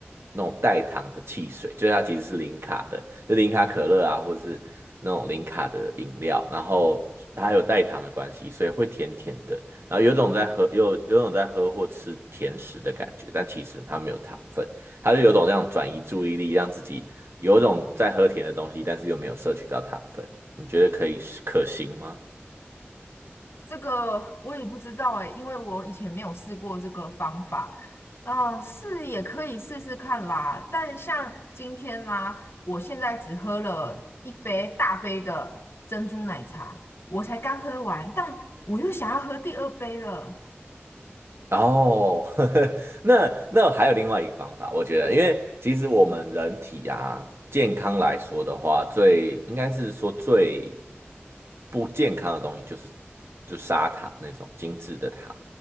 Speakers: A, on the right; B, on the left.
A: 那种代糖的汽水，就是它其实是零卡的，就零卡可乐啊，或是那种零卡的饮料，然后它有代糖的关系，所以会甜甜的，然后有种在喝，有有种在喝或吃甜食的感觉，但其实它没有糖分，它是有种这样转移注意力，让自己有种在喝甜的东西，但是又没有摄取到糖分，你觉得可以可行吗？
B: 这个我也不知道哎，因为我以前没有试过这个方法。嗯、是也可以试试看啦。但像今天啦、我现在只喝了一杯大杯的珍珠奶茶，我才刚喝完，但我又想要喝第二杯了。
A: 哦，<laughs> 呵呵，那那还有另外一个方法，我觉得，因为其实我们人体啊，健康来说的话，最应该是说最不健康的东西就是就砂糖那种精致的糖。